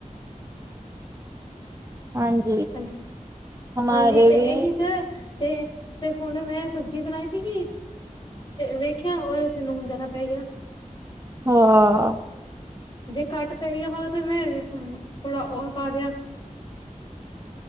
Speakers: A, on the right; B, on the left.
A: ਹਾਂਜੀ।
B: ਹਨ
A: ਹਮਾਰੇ
B: ਹਾਂਜੀ ਤੇ
A: ਵੀ
B: ਇਹੀ ਤਾਂ ਤੇ ਤੇ ਹੁਣ ਮੈਂ ਸਬਜ਼ੀ ਬਣਾਈ ਸੀਗੀ। ਵੇਖਿਆ ਉਹਦੇ ਨੁਨ ਹੁਣ ਜ਼ਿਆਦਾ ਪੈ ਗਿਆ।
A: ਹਾਂ।
B: ਜੇ ਘਟ ਪਗੀਆ ਉਹ ਤੇ ਮੈਂ ਥੋੜਾ ਹੋਰ ਪਾ ਦਿਆ।